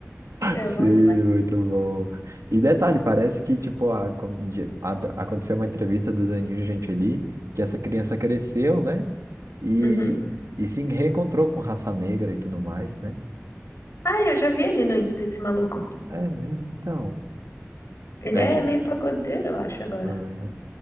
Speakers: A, on the left; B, on the right.
A: Meu,
B: Sim,
A: bom demais.
B: muito bom. E detalhe, parece que, tipo, a- de- a- aconteceu uma entrevista do Danilo Gentili, que essa criança cresceu, né? E,
A: Uhum.
B: e se reencontrou com raça negra e tudo mais, né?
A: Ah, eu já vi ele no Insta, esse maluco.
B: É mesmo, então.
A: Ele
B: Né,
A: é
B: Jean?
A: meio pagodeiro, eu acho, agora.
B: Aham.